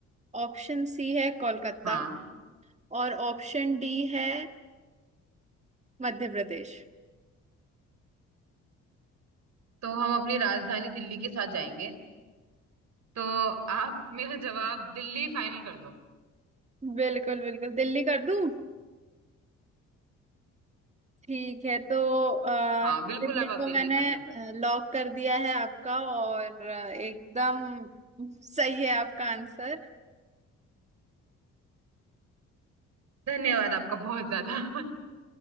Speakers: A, on the right; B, on the right.
A: ऑप्शन सी है कोलकाता
B: हाँ
A: और ऑप्शन डी है मध्य प्रदेश
B: तो हम अपनी राजधानी दिल्ली के साथ जाएंगे तो आप मेरा जवाब दिल्ली फाइनल कर दो
A: बिल्कुल बिल्कुल दिल्ली कर दूं ठीक है तो अ,
B: हाँ बिल्कुल
A: दिल्ली
B: अब
A: को
B: आप दिल्ली
A: मैंने
B: फाइनल कर दो।
A: लॉक कर दिया है आपका और अ, एकदम सही है आपका आंसर
B: धन्यवाद आपका बहुत ज्यादा <laughs>